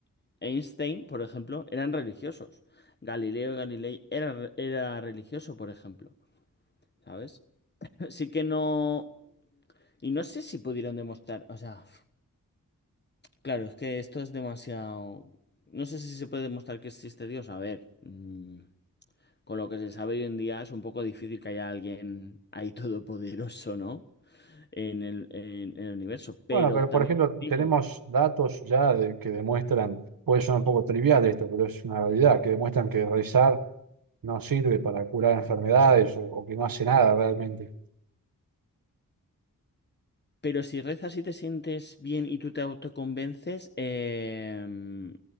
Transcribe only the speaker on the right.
Bueno, pero
por ejemplo,
tenemos
datos ya de- que demuestran, puede sonar un poco trivial esto, pero es una realidad, que demuestran que rezar no sirve para curar enfermedades o, o que no hace nada realmente.